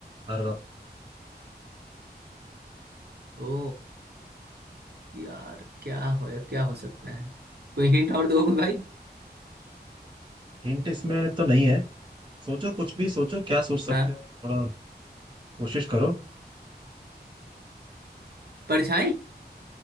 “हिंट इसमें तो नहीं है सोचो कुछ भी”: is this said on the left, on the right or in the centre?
Right